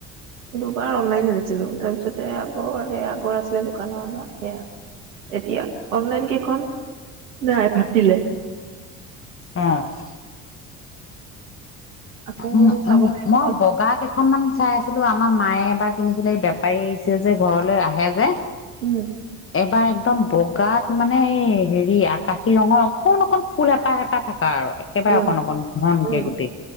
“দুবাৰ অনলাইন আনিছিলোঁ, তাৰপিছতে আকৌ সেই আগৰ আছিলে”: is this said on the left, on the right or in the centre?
Right